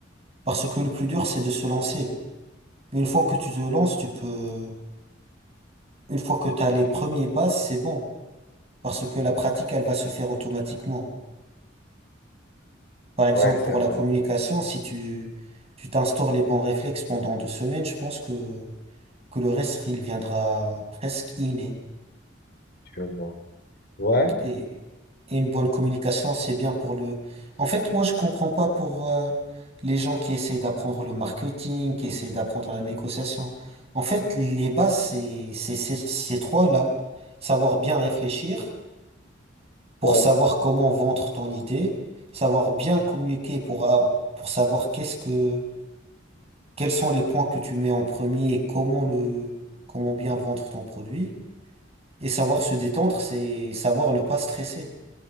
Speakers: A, on the right; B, on the left.
A: Parce que le plus dur, c'est de se lancer. Une fois que tu te lances, tu peux, une fois que tu as les premiers bases, c'est bon. Parce que la pratique, elle va se faire automatiquement. Par exemple,
B: Ouais,
A: pour
B: c'est vrai.
A: la communication, si tu, tu t'instaures les bons réflexes pendant deux semaines, je pense que, que le reste, il viendra presque inné.
B: Je vois. Ouais.
A: Et, et une bonne communication, c'est bien pour le... En fait, moi, je comprends pas pour euh, les gens qui essaient d'apprendre le marketing, qui essaient d'apprendre la négociation. En fait, les bases, c'est c'est- c'est- ces trois-là. Savoir bien réfléchir pour
B: Ouais.
A: savoir comment vendre ton idée, savoir bien communiquer pour, a- pour savoir qu'est-ce que, quels sont les points que tu mets en premier et comment le, comment bien vendre ton produit. Et savoir se détendre, c'est savoir ne pas stresser.